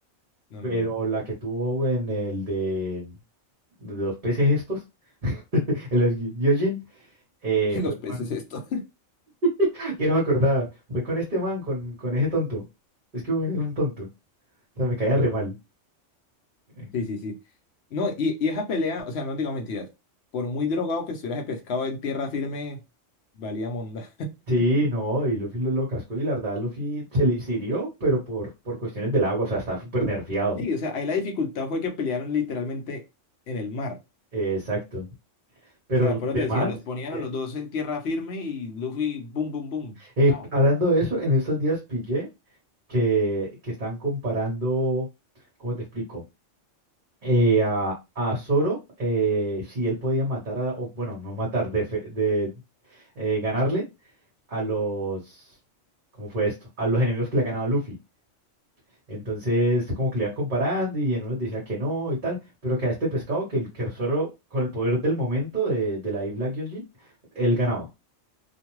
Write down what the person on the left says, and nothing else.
No,
no, no.
<laughs> Los
peces
esto.
<laughs> Sí, sí, sí. No, y, y esa pelea, o sea, no digo mentiras. Por muy drogado que estuvieras de pescado en tierra firme, valía monda.
Sí, o sea, ahí la dificultad fue que pelearon literalmente en el mar.
O sea, por eso
te decía, los ponían
a los dos en tierra firme y Luffy, boom, boom, boom.
Chao.